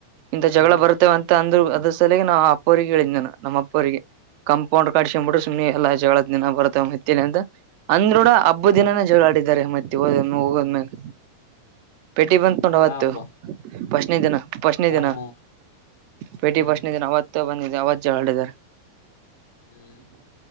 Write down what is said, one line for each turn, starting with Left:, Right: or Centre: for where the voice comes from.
Right: ಇಂಥ ಜಗಳ
Left: ಹ್ಮ್
Right: ಬರುತ್ತೇವ ಅಂತ ಅಂದ್ ಅದ್ರ ಸಲಯಗೆ ನಾವು ಅಪ್ಪ ಅವ್ರರಿಗೆ ಹೇಳಿದ್ ನಾನ ನಮ್ಮ ಅಪ್ಪವರಿಗೆ ಕಂಪೌಂಡ್ ಕಡ್ಸಕೊಂಡ್ ಬಿಟ್ಟು ಸುಮ್ಮನೆ ಎಲ್ಲ ಜಗಳದ ದಿನ ಬರ್ತಾವ ಮತ್ತಲಿ ಅಂತ ಅಂದ್ರೂಡ ಹಬ್ಬ ದಿನ ಆಡಿದ್ದಾರೆ ಮತ್ತೆ ಹ ಹೋಗೋದ್ಮೇಲೆ ಪೆಟಿ ಬಂದಕೊಂಡ ಅವತ್ತು
Left: ಯಾಬ್ಬಾ
Right: ಪಸ್ನಿ ದಿನ ಪಸ್ನ
Left: ಹ್ಮ್
Right: ದಿನ ಭೇಟಿ
Left: ಹ್ಮ್
Right: ಪಸ್ಣ ದಿನ ಅವತ್ತ ಬಂದಿ ಅವತ್ತು ಜಗಳ ಆಡಿದರೆ
Left: ಹ್ಮ್